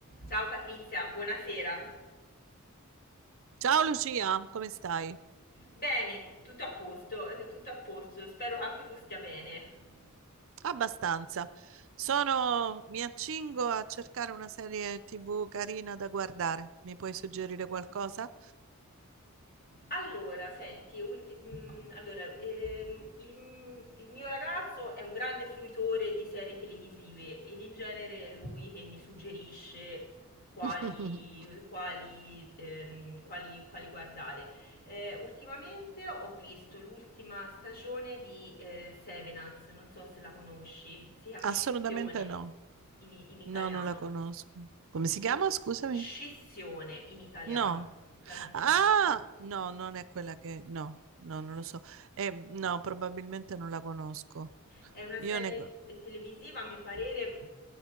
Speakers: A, on the left; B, on the right.
A: Ciao Patrizia, buonasera.
B: Ciao Lucia, come stai?
A: Bene, tutto a posto, tutto a posto. Spero che anche tu stia bene.
B: Abbastanza. Sono... Mi accingo a cercare una serie TV carina da guardare. Mi puoi suggerire qualcosa?
A: Allora, senti, ulti- mm, allora, ehm, il, il mio ragazzo è un grande fruitore di serie televisive ed in genere è lui che mi suggerisce quali,
B: <laughs>
A: quali, ehm, quali- quali guardare. Eh, ultimamente ho visto l'ultima stagione di eh, Severance, non so se la conosci, si chiama
B: Assolutamente
A: Scissione
B: no.
A: in, i- in italiano.
B: No, non la conosco. Come si
A: Eh,
B: chiama? Scusami.
A: Scissione in italiano
B: No.
A: l'hanno chiamata.
B: Ah, no, non è quella che... No, no, non lo so. Eh, no, probabilmente non la conosco.
A: È una
B: Io
A: serie
B: ne...
A: televisiva, a mio parere,